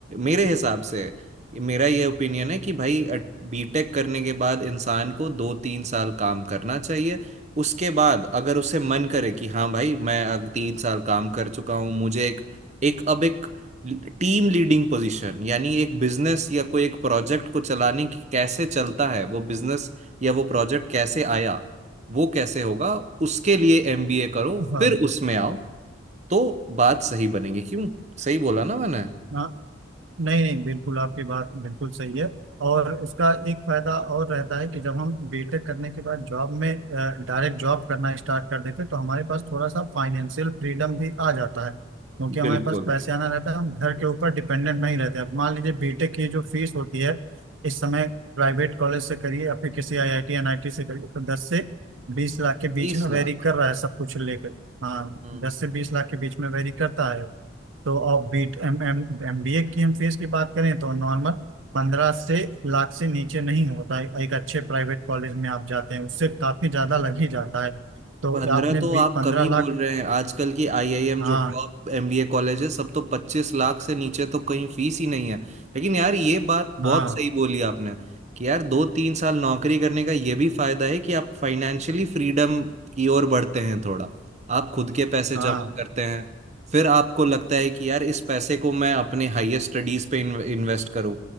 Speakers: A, on the right; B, on the right.
A: मेरे हिसाब से मेरा ये ओपिनियन है कि भाई बीटेक करने के बाद इंसान को दो तीन साल काम करना चाहिए उसके बाद अगर उसे मन करे कि हाँ भाई मैं अब तीन साल काम कर चुका हूँ मुझे एक एक अब एक टीम लीडिंग पोजीशन यानी एक बिजनेस या कोई एक प्रोजेक्ट को चलाने की कैसे चलता है वो बिजनेस या वो प्रोजेक्ट कैसे आया वो कैसे होगा उसके लिए एमबीए करो
B: हाँ
A: फिर उसमें आओ तो बात सही बनेगी क्यों सही बोला ना मैंने
B: हाँ नहीं नहीं बिल्कुल आपकी बात बिल्कुल सही है और उसका एक फायदा और रहता है कि जब हम बीटेक करने के बाद जॉब में डायरेक्ट जॉब करना स्टार्ट कर देते हैं, तो हमारे पास थोड़ा सा फाइनेंशियल फ्रीडम भी आ जाता है क्योंकि हमारे
A: बिल्कुल
B: पास पैसे आना रहता है हम घर के ऊपर डिपेंडेंट नहीं रहते अब मान लीजिए बीटेक की जो फीस होती है इस समय प्राइवेट कॉलेज से करिए या फिर किसी आईआईटी एनआईटी से करिए तो दस से बीस लाख के बीच
A: बीस
B: में वेरी
A: लाख
B: कर रहा है सब कुछ लेकर हाँ
A: हम्म
B: दस से बीस लाख के बीच में वेरी करता है तो और B M M M B A की हम फीस की बात करें तो नॉर्मल पंद्रह से लाख से नीचे नहीं होता है एक अच्छे प्राइवेट कॉलेज में आप जाते हैं उससे काफी ज्यादा लग ही जाता है तो
A: पंद्रह
B: आपने
A: तो आप
B: बी पंद्रह
A: कम ही बोल
B: लाख
A: रहे हैं आजकल की आईआईएम
B: हाँ
A: जो टॉप एमबीए कॉलेज है सब तो पच्चीस लाख से नीचे तो कहीं फीस ही नहीं है लेकिन यार ये बात बहुत
B: हाँ
A: सही बोली आपने कि यार दो तीन साल नौकरी करने का ये भी फायदा है कि आप फाइनेंशियली फ्रीडम की ओर बढ़ते हैं थोड़ा आप खुद के पैसे
B: हाँ
A: जमा करते हैं फिर आपको लगता है कि यार इस पैसे को मैं अपने हाईएस्ट स्टडीज पे इन्वेस्ट करूं